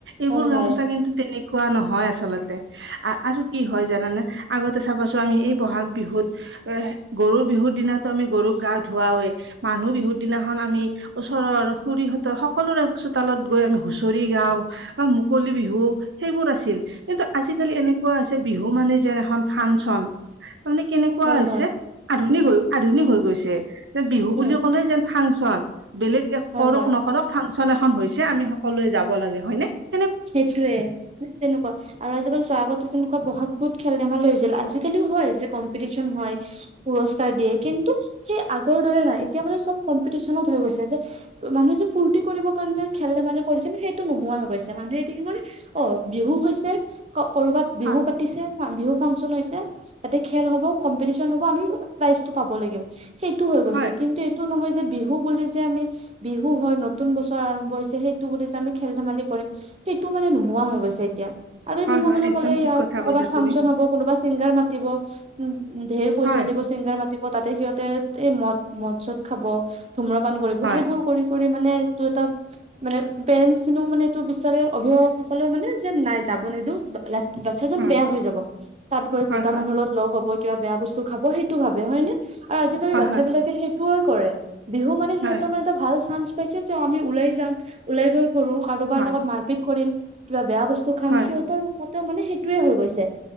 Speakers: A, on the right (about 85°); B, on the right (about 35°).
A: এইবোৰ
B: হয়
A: গামোচা
B: হয়
A: কিন্তু তেনেকুৱা নহয় আচলতে আৰু কি হয় জান <unintelligible> <unintelligible> মানে আগতে চাবাছো আমি এই ব'হাগ বিহুত এ গৰু বিহুৰ দিনা আমি গৰুক গা ধুৱাওৱেই, মানুহ বিহুৰ দিনাখন আমি <unintelligible> ওচৰৰ খুৰীহঁতৰ সকলোৰে চোতালত গৈ আমি হুঁচৰি গাও। <unintelligible> বা মুকলি বিহু সেইবোৰ আছিল কিন্তু আজিকালি এনেকুৱা হৈছে বিহু <unintelligible> বিহু মানে যেন এখন ফাংচন তাৰমানে কেনেকুৱা
B: হয়
A: হৈছে
B: হয়
A: <unintelligible> আধুনিক হৈ আধুনিক হৈ গৈছে যে বিহু
B: উম,
A: বুলি ক'লে যেন ফাংচন। বেলেগ একো
B: হয়
A: <unintelligible> কৰক
B: হয়।
A: নকৰক ফাংচন এখন হৈছে আমি সকলোৱে যাব লাগে হয় নে? <unintelligible>
B: সেইটোৱে <inaudible> তেনেকুৱা আৰু আজিকালি চোৱা আগতে তেনেকুৱা ব'হাগ বিহুত খেল-ধেমালি হৈছিল আজিকালি হয় যে কম <unintelligible> কম্পিটিচন হয়, পুৰস্কাৰ দিয়ে কিন্তু <unintelligible> সেই আগৰ দৰে নাই এতিয়া মানে চব কম্পিটিচনত হৈ গৈছে যে <unintelligible> মানুহে যে ফুৰ্তি কৰিব কাৰণে যে খেল-ধেমালি কৰিছিল সেইটো নোহোৱা হৈ গৈছে। <inaudible> মানুহেটো কি কৰে অ বিহু হৈছে, কৰবাত বিহু
A: হয়
B: পাতিছে। <inaudible> <unintelligible> বিহু ফাংচন হৈছে, তাতে খেল হব, কম্পিটিচন হব আমি প্ৰাইচটো পাব লাগে। <unintelligible> সেইটো হৈ গৈছে
A: হয়
B: কিন্তু <unintelligible> এইটো নহয় যে বিহু বুলি যে আমি বিহু হয় নতুন বছৰ আৰম্ভ হৈছে সেইটো বুলি যে আমি খেল-ধেমালি <unintelligible> <unintelligible> সেইটো মানে ন এতিয়া। আৰু
A: হয়
B: বিহু
A: হয়
B: বুলি
A: একদম
B: কলে
A: ঠিক
B: ইয়াত
A: কথা
B: ক'ৰবাত
A: কৈছা
B: ফাংন
A: তুমি
B: হব কোনোবা চিংগাৰ মাতিব, উম ধেৰ পইচা
A: হয়
B: দিব <unintelligible> চিংগাৰ মাতিব, তাতে সিহঁতে এই মদ-মদ চদ খাব, ধুম্ৰপান কৰিব,
A: হয়
B: সেইবোৰ কৰি <unintelligible> কৰি মানে এইটো এটা মানে পেৰেঞ্চখিনিও মানে <unintelligible> টো বিচাৰে অভিভাৱকসকলেও মানে যে নাই যাব নিদিও ৰা <unintelligible> বাচ্ছাজন
A: উম
B: বেয়া হৈ যাব। তাত গৈ
A: হয়
B: দুটা
A: হয়
B: মানুহৰ লগত লগ হব, কিবা বেয়া বস্তু খাব সেইটো ভাবে হয় নে? <unintelligible> আৰু আজিকালি
A: হয়
B: বাচ্ছাবিলাকে
A: হয়
B: সেইটোৱেই কৰে। বিহু মানে সিহঁতৰ
A: হয়
B: মানে এটা ভাল চানস <unintelligible> <unintelligible> পাইছোঁ যে আমি ওলাই যাম, ওলাই গৈ কৰো কাৰোবাৰ
A: হয়
B: লগত মাৰপিট কৰিম, কিবা বেয়া বস্তু খাম,
A: হয়
B: সিহঁতৰ মতে মানে সেইটোৱেই হৈ গৈছে। <inaudible>